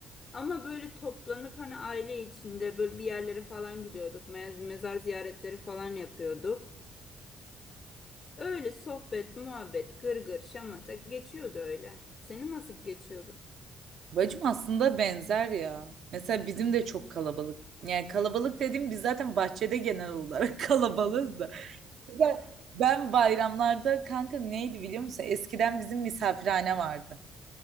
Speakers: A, on the left (about 40°); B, on the right (about 70°).
A: Ama böyle toplanıp hani aile içinde böyle bir yerlere falan gidiyorduk. Mez- Mezar ziyaretleri falan yapıyorduk. Öyle sohbet, muhabbet, gırgır, şamata geçiyordu öyle. Senin nasıl geçiyordu?
B: Bacım aslında benzer ya. Mesela bizim de çok kalabalık. Yani kalabalık dediğim biz zaten bahçede genel olarak <laughs> kalabalığız da. Mesela ben bayramlarda kanka neydi biliyor musun? Eskiden bizim misafirhane vardı.